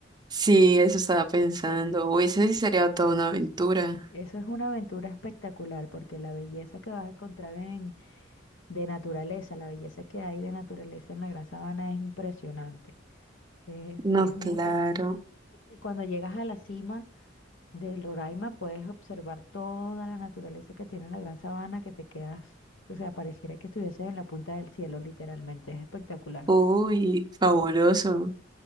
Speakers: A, on the right; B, on the left.
A: Sí, eso estaba pensando. Uy, ese sí sería toda una aventura.
B: Eso es una aventura espectacular porque la belleza que vas a encontrar en, de naturaleza, la belleza que hay de naturaleza en la Gran Sabana es impresionante. Eh, es
A: No,
B: un,
A: claro.
B: eh, y cuando llegas a la cima del Roraima puedes observar toda la naturaleza que tiene la Gran Sabana que te quedas, o sea, pareciera que estuvieses en la punta del cielo literalmente. Es espectacular.
A: Uy, fabuloso.